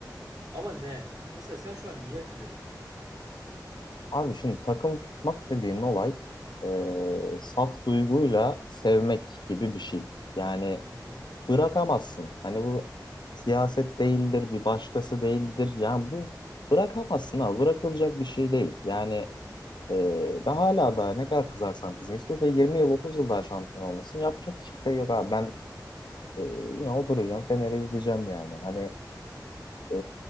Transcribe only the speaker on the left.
Abi şimdi takım tutmak dediğin olay e, saf duyguyla sevmek gibi bir şey. Yani
bırakamazsın. Hani bu siyaset değildir, bir başkası değildir. Yani bu bırakamazsın ha, bırakılacak bir şey değil. Yani e, ben hala daha ne kadar kızarsam kızayım. İstiyorsa 20 yıl, 30 yıl daha şampiyon olmasın. Yapacak hiçbir şey yok abi. Ben e, yine oturacağım, Fener'i izleyeceğim yani. Hani e,